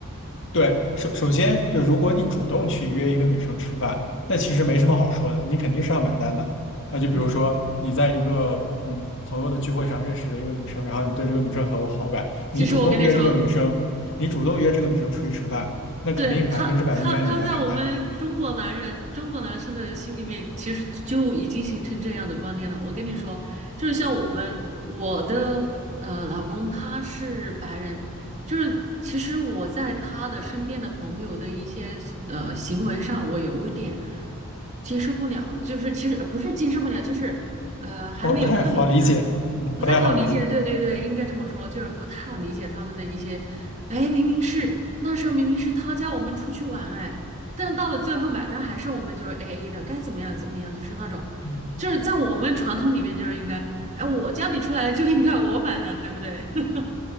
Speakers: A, on the left; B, on the right.
A: 对，首首先就如果你主动去约一个女生吃饭，那其实没什么好说的，你肯定是要买单的啊。就比如说你在一个嗯朋友的聚会上认识了一个女生，
B: 嗯，
A: 然后你对这个女生很有好感，
B: 其实我跟你说。
A: 你主动约这个女生，你主动约这个女生出去吃饭，那肯定百分之百应该你来买单，
B: 对他，他他在我们中国男人、中国男生的心里面，其实就已经形成这样的观念了。我跟你说，就是像我们，我的呃老公他是白人，就是其实我在他的身边的朋友的一些呃行为上，我有一点接受不了，就是其实呃不是接受不了，就是呃还没有看明白。
A: 不不太好理解，嗯，
B: 不太好理解，
A: 不太好理解。
B: 对对对，应该这么说，就是不太好理解他们的一些，哎，明明是那时候明明是他叫我们出去玩，哎，但到了最后买单还是我们就是 A A 的，该怎么样怎么样，就是那种，
A: 嗯
B: 就是在我们传统里面就是应该，哎，我叫你出来就应该我买单，对不对？<laughs>